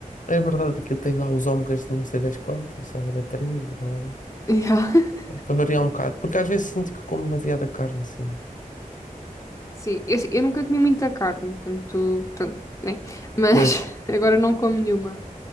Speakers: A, on the left; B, on the left.
A: é verdade que eu tenho lá os ômegas de não sei das quantas, ômega 3, blá, blá, blá.
B: Yeah. <laughs>
A: Para variar um bocado, porque às vezes sinto que como demasiada carne, assim.
B: Sim, eu, assim, eu nunca comi muita carne, portanto, pronto, né? Mas
A: Pois.
B: <laughs> agora não como nenhuma.